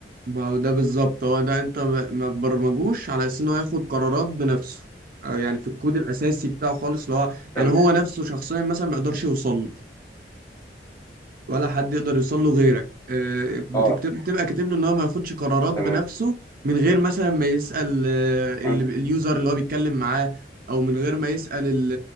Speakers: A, on the right (about 55°); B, on the left (about 15°).
A: ما هو ده بالظبط هو ده انت ب- ما تبرمجوش على اساس ان هو ياخد قرارات بنفسه أو يعني في الكود الاساسي بتاعه خالص اللي هو
B: تمام
A: يعني هو نفسه شخصيا مثلا ما يقدرش يوصل له ولا حد يقدر يوصل له غيرك آه، بتكتب
B: اه
A: بتبقى كاتب له ان هو ما ياخدش قرارات بنفسه
B: تمام
A: من غير مثلا ما يسأل آه، ال-
B: اه
A: اليوزر اللي هو بيتكلم معاه او من غير ما يسأل ال-